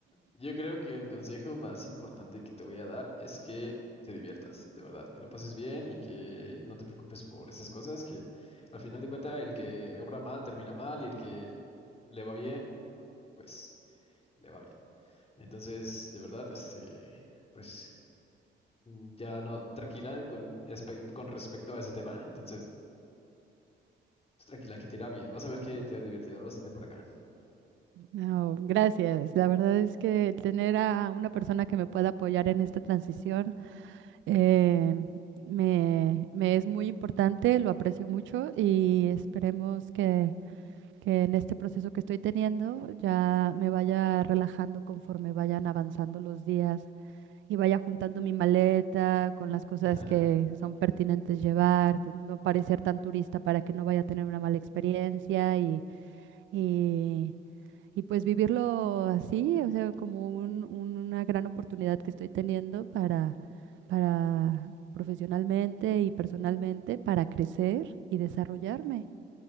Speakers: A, on the left; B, on the right.
A: yo creo que el consejo más importante que te voy a dar es que te diviertas, de verdad, que lo pases bien y que no te preocupes por esas cosas, que al final de cuentas el que obra mal termina mal y el que le va bien, pues le va bien. Entonces, de verdad, este, pues mm, ya no, tranquila con, espe- con respecto a ese tema. Entonces, tranquila que te irá bien. Vas a ver que te divertirás bastante por acá.
B: No, gracias. La verdad es que tener a una persona que me pueda apoyar en esta transición eh, me, me es muy importante, lo aprecio mucho y esperemos que que en este proceso que estoy teniendo ya me vaya relajando conforme vayan avanzando los días y vaya juntando mi maleta con las cosas
A: <laughs>
B: que son pertinentes llevar, pues, no parecer tan turista para que no vaya a tener una mala experiencia y, y, y pues vivirlo así, o sea, como un- un- una gran oportunidad que estoy teniendo para, para profesionalmente y personalmente, para crecer y desarrollarme.